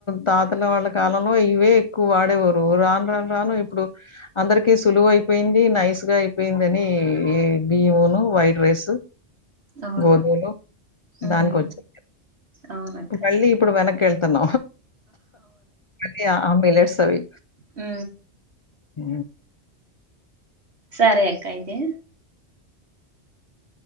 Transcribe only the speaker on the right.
అవును
ఉమ్
అవునక్క
అ
సరే అక్కయితే